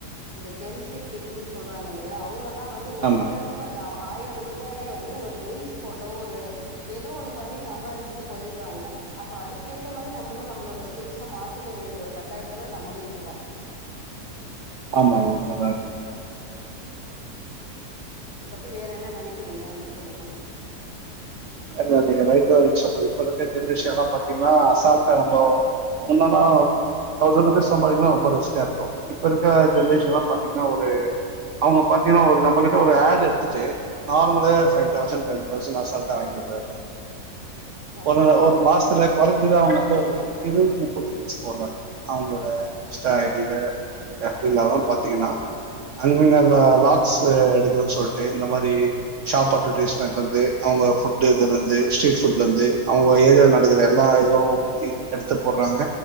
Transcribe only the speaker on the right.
ஆமா
ஆமாங்க உண்மதாங்க
அதா நீங்க ரைட்தா நீங்க சொல்றது இப்ப இருக்க ஜென்ரேஷன்லா பாத்திங்னா அசால்டா னமோ முன்னல்லா தௌசண்ட் ருபீஸ் சம்பாதிக்லா ரொம்ப ரிஸ்கா இருக்கு இப்ப இருக்க ஜென்ரேஷன்லா பாத்தீங்கனா ஒரு அவுங்க பாத்தீங்கனா ஒரு நம்பகிட்ட ஒரு ஆட் எடுத்துட்டு நார்மலு ஃபை
தௌசண்ட் டென் தௌசண்ட் அசால் ட்டா வாங்கிட்டு போயிர்றாங்க
ஒரு ஒரு மாசத்துல கொறஞ்சது அவுங்க வந்து ஒரு இருவது முப்பது ரீல்ஸ் போடுறாங்க அவுங்ளோட இன்ஸ்டா ஐ டி ல எஃப் பி லல்லா பாத்தீங்கனா அங்கங்க லாக்ஸு எடுக்கணு சொல்ட்டு இந்த மாரி ஷாப் அட்வர்டைஸ்மெண்ட்லெந்து அவுங்க ஃபுட்டு இதுலெந்து ஸ்ட்ரீட் ஃபுட்லந்து அவுங்க ஏரியால நடக்குற எல்லா இதுவு எடுத்து போட்றாங்க